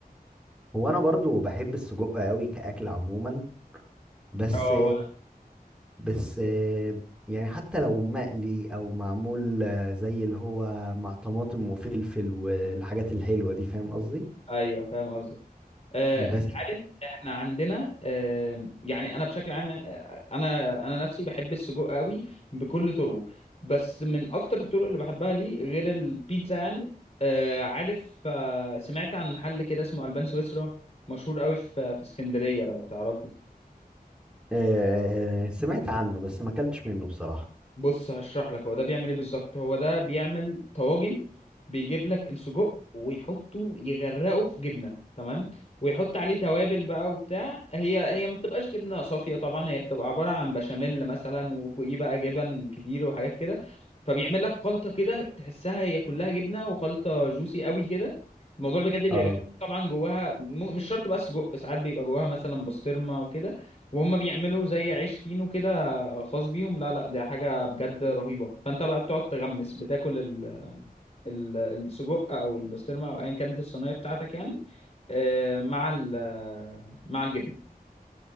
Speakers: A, in the centre; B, on the left (about 45°).
A: هو انا برضو بحب السجق قوي كأكل عموما بس
B: اه وانا
A: بس يعني حتى لو مقلي او معمول زي اللي هو مع طماطم وفلفل والحاجات الحلوة دي فاهم قصدي
B: ايوه فاهم قصدك آه،
A: بس
B: انت عارف احنا عندنا آه، يعني انا بشكل عام آه، انا انا نفسي بحب السجق قوي بكل طرقه بس من اكتر الطرق اللي بحبها ليه غير البيتزا يعني آه، عارف آه، سمعت عن محل كده اسمه البان سويسرا مشهور قوي في في اسكندرية لو تعرفه
A: آه، سمعت عنه بس ما اكلتش منه بصراحة
B: بص هشرح لك هو ده بيعمل ايه بالظبط هو ده بيعمل طواجن بيجيب لك السجق ويحطه يغرقه في جبنه تمام ويحط عليه توابل بقى وبتاع هي هي ما بتبقاش جبنه صافيه طبعا هي بتبقى عباره عن بشاميل مثلا وفوقيه بقى جبن كتير وحاجات كده فبيعمل لك خلطه كده تحسها هي كلها جبنه وخلطه جوسي قوي كده الموضوع بجد بيبقى
A: اه
B: جميل. طبعا جواها م- مش شرط بقى السجق ساعات بيبقى جواها مثلا بسطرمه وكده وهم بيعملوا زي عيش فينو كده آه، خاص بيهم لا لا ده حاجة بجد رهيبة فانت بقى بتقعد تغمس بتاكل ال... ال... السجق او البسطرمة او ايا كانت الصينية بتاعتك يعني آه، مع ال... آه، مع الجبنة